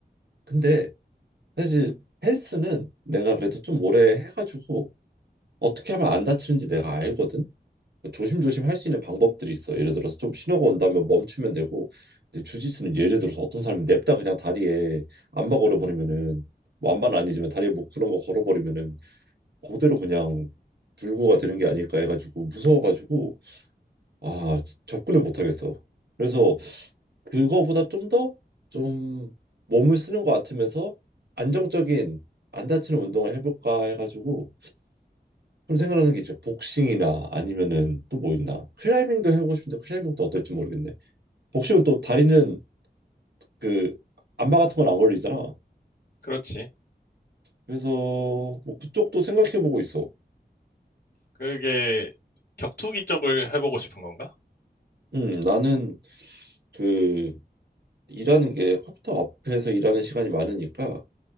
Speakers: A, on the right; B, on the left.
A: 근데 사실 헬스는 내가 그래도 좀 오래 해가지고 어떻게 하면 안 다치는지 내가 알거든. 조심조심 할 수 있는 방법들이 있어. 예를 들어서 좀 신호가 온다면 멈추면 되고, 근데 주짓수는 예를 들어서 어떤 사람이 냅다 그냥 다리에 암바 걸어버리면은 뭐 암바는 아니지만 다리에 뭐 그런 거 걸어버리면은 그대로 그냥 불구가 되는 게 아닐까 해가지고 무서워가지고 아 지- 접근을 못 하겠어. 그래서 그거보다 좀 더 좀 몸을 쓰는 것 같으면서 안정적인 안 다치는 운동을 해볼까 해가지고 좀 생각하는 게 이제 복싱이나 아니면은 또 뭐 있나 클라이밍도 해보고 싶은데 클라이밍도 어떨지 모르겠네 복싱은 또 다리는 그 안마 같은 건 안 걸리잖아
B: 그렇지.
A: 그래서 뭐 그쪽도 생각해보고 있어
B: 그게 격투기 쪽을 해보고 싶은 건가?
A: 음 나는 그 일하는 게 컴퓨터 앞에서 일하는 시간이 많으니까